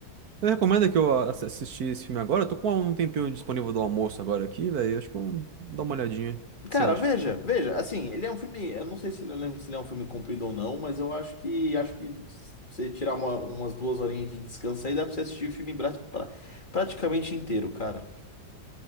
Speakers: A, on the right; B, on the left.
A: Você recomenda que eu ass- assisti esse filme agora? Eu tô com um um tempinho disponível do almoço agora aqui, velho. Acho que eu vou dar uma olhadinha. O
B: Cara,
A: que você acha?
B: veja, veja, assim, ele é um filme. Eu não sei se ele, eu lembro se ele é um filme comprido ou não, mas eu acho que acho que se você tirar uma- umas duas horinhas de descanso aí, dá pra você assistir o filme pra- pra- praticamente inteiro, cara.